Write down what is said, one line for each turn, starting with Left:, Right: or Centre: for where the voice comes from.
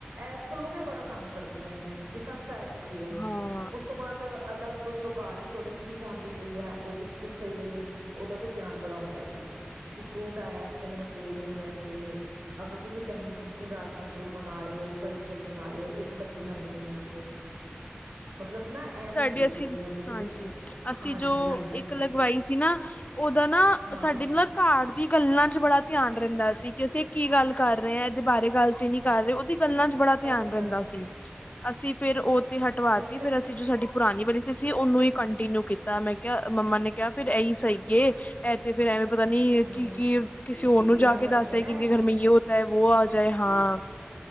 Right: ਇਸ ਗੱਲੋਂ ਤੇ ਬੜਾ ਤੰਗ ਕਰਦੀਆਂ ਸੀ ਕਿ ਸਾਨੂੰ ਪੈਸੇ ਦਿਓ
Left: ਹਾਂ
Right: ਉਸ ਤੋਂ ਬਾਅਦ ਅਲੱਗ ਤੋਂ ਜੋ ਕਾਰ ਇਸ ਤੁਹਾਡੇ ਚੀਜ਼ ਆਉਂਦੀ ਪਈ ਹੈ ਉਹਦੇ ਚ ਕਈ ਵਾਰੀ ਉਹਦਾ ਤੇ ਧਿਆਨ ਬੜਾ ਹੁੰਦਾ ਸੀ ਕਿ ਫਰੂਟ ਆਇਆ ਤੇ ਮੈਨੂੰ ਫਰੂਟ ਵੀ ਮਿਲ ਜਾੇ ਅਗਰ ਤੁਸੀਂ ਚੰਗੀ ਚੀਜ਼ ਕੋਈ ਰਾਜਮਾਂ ਚੋਲ ਬਣਾ ਰਹੇ ਹੋ ਕੜੀ ਚੋਲ ਬਣਾ ਰਹੇ ਹੋ ਇੱਕ ਡੱਬੀ ਮੈਨੂੰ ਵੀ ਮਿਲ ਜੇ ਮਤਲਬ ਨਾ ਐਵੇਂ
Left: ਸਾਡੀੇ
Right: ਸੀ ਉਹਦੀ
Left: ਅਸੀਂ
Right: ਨੀਅਤ ਜੋ
Left: ਹਾਂਜੀ ਅਸੀਂ
Right: ਹਾਂਜੀ
Left: ਜੋ
Right: ਹਾਂਜੀ
Left: ਇੱਕ ਲਗਵਾਈ ਸੀ ਨਾ ਉਹਦਾ ਨਾ
Right: ਹਾਂ
Left: ਸਾਡੀ ਮਤਲਬ ਘਰ ਦੀ ਗੱਲਾਂ ਚ ਬੜਾ ਧਿਆਨ ਰਹਿੰਦਾ ਸੀ ਕਿ ਅਸੀਂ ਇਹ ਕੀ ਗੱਲ ਕਰ ਰਹੇ ਹਾਂ ਇਹਦੇ ਬਾਰੇ ਗੱਲ ਤੇ ਨਹੀਂ ਕਰ ਰਹੇ ਉਹਦੀ ਗੱਲਾਂ ਚ ਬੜਾ ਧਿਆਨ
Right: ਅੱਛਾ
Left: ਰਹਿੰਦਾ ਸੀ ਅਸੀਂ ਫਿਰ ਓ ਤੇ ਹਟਵਾਤੀ
Right: ਅੱਛਾ
Left: ਫਿਰ ਅਸੀਂ ਸੀ ਕੰਟੇਨਉ ਕੀਤਾ ਮੈਂ ਕਿਹਾ ਮੰਮਾ ਨੇ ਕਿਹਾ ਫੇਰ ਇਹੀ ਸਹੀ ਐ ਤੇ ਫੇਰ ਪਤਾ ਨਹੀਂ
Right: ਹਮ
Left: ਕਿ ਕੀ ਕਿਸੇ ਹੋਰ
Right: ਚੁਗਲੀਆਂ
Left: ਨੂੰ ਜਾ ਕੇ
Right: ਕਰਦੀਆਂ
Left: ਦੱਸਦਾ
Right: ਨਾ
Left: ਕਿ ਇ ਘਰ ਮੈਂ ਯੋ ਹੋਤਾ ਹੈ ਵੋ ਆ ਜਾਏ ਹਾਂ।